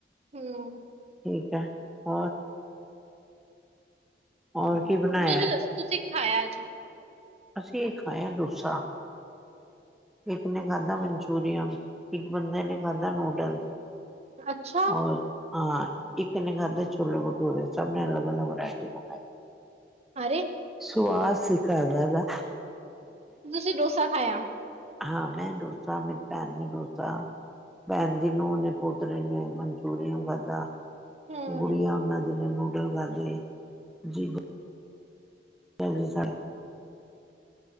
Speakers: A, on the right (about 35°); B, in the centre.
A: ਹਮ
B: ਠੀਕ ਐ ਹੋਰ ਹੋਰ
A: ਮ ਮ
B: ਕੀ ਬਣਾਇਆ
A: ਤੁਸੀਂ ਦੱਸੋ ਤੁਸੀਂ ਕੀ ਖਾਇਆ ਅੱਜ
B: ਅਸੀ ਏ ਖਾਇਆ ਡੋਸਾ ਇੱਕ ਨੇ ਖਾਧਾ ਮਨਚੂਰੀਅਨ ਇੱਕ ਬੰਦੇ ਨੇ ਖਾਧਾ ਨੂਡਲ
A: ਅੱਛਾ
B: ਔਰ ਹਾਂ ਇੱਕਨੇ ਖਾਧਾ ਛੋਲੇ ਭਟੂਰੇ ਸਭ ਨੇ ਅਲਗ ਅਲਗ ਵਰਾਇਟੀ ਮੰਗਾਈ
A: ਅਰੇ
B: ਸੁਵਾਦ ਸਿਖਾਦਾ ਨਾ <unintelligible>
A: ਤੁਸੀਂ ਡੋਸਾ ਖਾਇਆ
B: ਹਾਂ ਮੈਂ ਡੋਸਾ ਮੇਰੀ ਭੈਣ ਨੇ ਡੋਸਾ ਭੈਣ ਦੀ ਨੂੰਹ ਨੇ ਪੋਤਰੇ ਨੇ ਮਨਚੂਰੀਅਨ ਖਾਧਾ
A: ਹਮ
B: ਗੁੜੀਆ ਉਹਨਾਂ ਦੀ ਨੇ ਨੂਡਲ ਖਾਧੇ ਜੀ ਭੈਣ ਜੀ ਸਰ